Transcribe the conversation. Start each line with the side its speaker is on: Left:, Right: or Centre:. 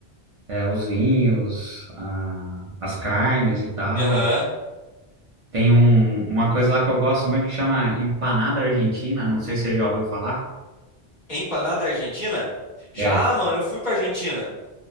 Right: é, os vinhos, a- as carnes e tal.
Left: Aham.
Right: Tem um, uma coisa lá que eu gosto muito que chama empanada argentina, não sei se você já ouviu falar.
Left: Empanada Argentina? Já,
Right: É,
Left: mano, eu fui pra Argentina.